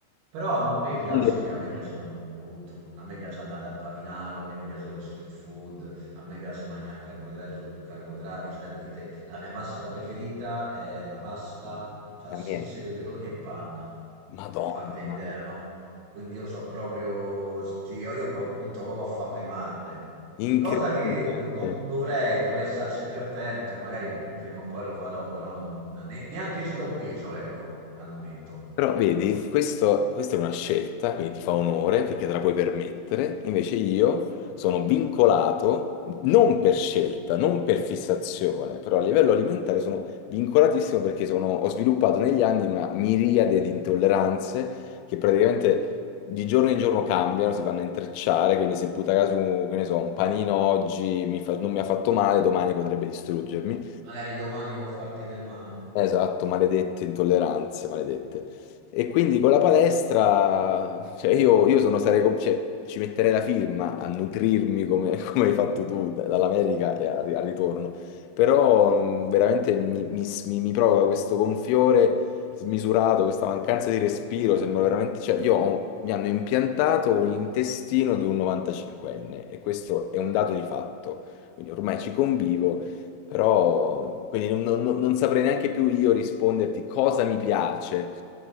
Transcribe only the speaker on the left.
Non ti ricordo,
ma niente.
Madonna,
mia,
incredibile.
Però vedi, questo- questa è una scelta, quindi ti fa onore perché te la puoi permettere, invece io sono vincolato, non per scelta, non per fissazione, però a livello alimentare sono vincolatissimo perché sono- ho sviluppato negli anni una miriade di intolleranze che praticamente di giorno in giorno cambiano, si vanno a intrecciare, quindi se puta caso, che ne so, un panino oggi mi fa- non mi ha fatto male, domani potrebbe distruggermi.
Esatto, maledette intolleranze, maledette. E quindi con la palestra, cioè io, io sono, sarei, com- cioè, ci metterei la firma a nutrirmi come, <laughs> come hai fatto tu da- dall'America e al, ri- al ritorno, però mh, veramente mi, mi, s- mi- mi provoca questo gonfiore smisurato, questa mancanza di respiro, sembra veramente, cioè io ho- mi hanno impiantato un intestino di un 95enne e questo è un dato di fatto, quindi ormai ci convivo. Però, quindi non, non- non saprei neanche più io risponderti cosa mi piace.